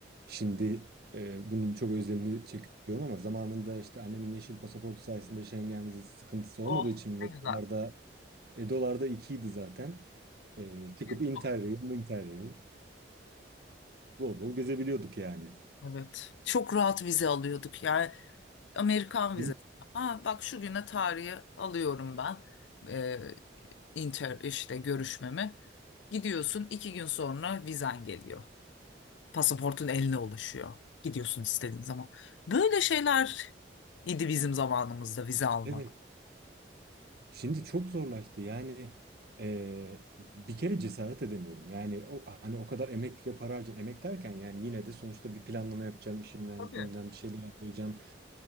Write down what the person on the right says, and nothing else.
şimdi e, bunun çok özlemini çekiyorum ama zamanında işte annemin yeşil pasaportu sayesinde Schengen vizesi sıkıntısı olmadığı
için ve
dolarda e, dolarda ikiydi zaten. E, çıkıp
Interrail, Interrail bol bol gezebiliyorduk yani.
Değil
mi? Şimdi çok zorlaştı. Yani eee, bir kere cesaret edemiyorum. Yani o, hani o kadar emek ve para harcayacağım. Emek derken yani yine de sonuçta bir planlama yapacağım. işimden
gücümden bir şeyler yapacağım.